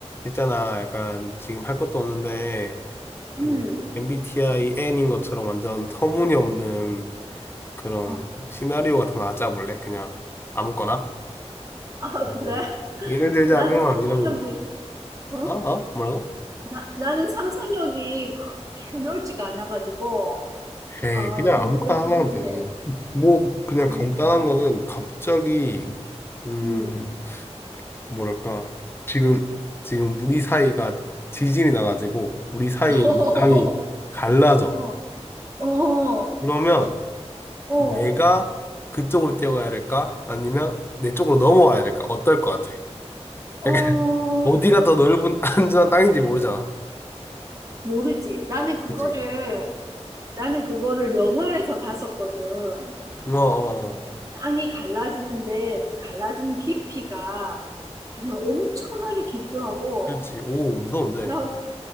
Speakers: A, on the left; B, on the right.
A: 있잖아, 약간 지금 할 것도 없는데 그냥
B: 음.
A: MBTI N인 것처럼 완전 터무니없는 그런
B: 어.
A: 시나리오 같은 거 하나 짜볼래? 그냥 아무거나?
B: 아,
A: 음.
B: 그래.
A: 예를 들자면
B: 나는 상상력이,
A: 이런 거.
B: 어?
A: 아? 아? 뭐라고?
B: 나, 나는 상상력이 그렇게 넓지가 않아가지고,
A: 에이,
B: 어,
A: 그냥
B: 좀
A: 아무거나
B: 그렇긴
A: 하나
B: 한데,
A: 하면 되지. 뭐 그냥
B: 아무거나?
A: 간단한 거는 갑자기 음
B: 음.
A: 뭐랄까 지금 지금 우리 사이가 지진이 나가지고 우리 사이에
B: <laughs>
A: 있는 땅이 갈라져.
B: 어, 어, 어,
A: 그러면
B: 어,
A: 내가 그쪽으로 뛰어가야 될까? 아니면 내 쪽으로 넘어와야 될까? 어떨 것 같아?
B: 어,
A: 약간 <laughs> 어디가 더 넓은 <laughs> 안전한 땅인지 모르잖아.
B: 모르지. 나는 그거를,
A: 그치?
B: 나는 그거를 영화에서 봤었거든.
A: 어, 어,
B: 정말
A: 어.
B: 땅이 갈라지는데, 그 갈라지는 깊이가 정말 엄청나게 깊더라고.
A: 그렇지. 오, 무서운데.
B: 나